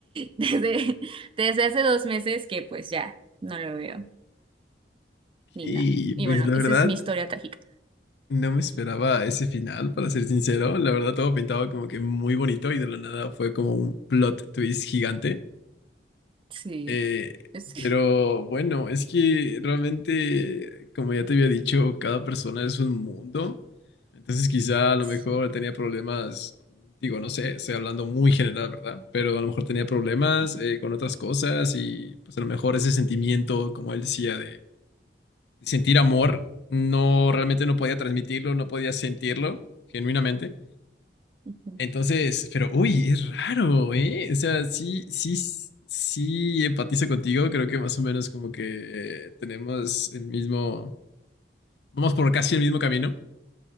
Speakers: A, on the right; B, on the left.
A: desde, desde hace dos meses que pues ya no lo veo ni
B: Y
A: nada. Y
B: pues
A: bueno,
B: la verdad,
A: esa es mi historia trágica.
B: no me esperaba ese final, para ser sincero. La verdad, todo pintaba como que muy bonito y de la nada fue como un plot twist gigante.
A: Sí,
B: Eh,
A: es-
B: pero bueno, es que realmente, como ya te había dicho, cada persona es un mundo. Entonces quizá a lo
A: sí.
B: mejor tenía problemas, digo, no sé, estoy hablando muy general, ¿verdad? Pero a lo mejor tenía problemas
A: Ujú,
B: eh, con otras cosas y pues a lo mejor ese sentimiento, como él decía, de, de sentir amor, no realmente no podía transmitirlo, no podía sentirlo genuinamente.
A: ujú,
B: Entonces, pero uy, es raro, ¿eh? O sea, sí, sí, sí empatizo contigo. Creo que más o menos como que eh, tenemos el mismo, vamos por casi el mismo camino.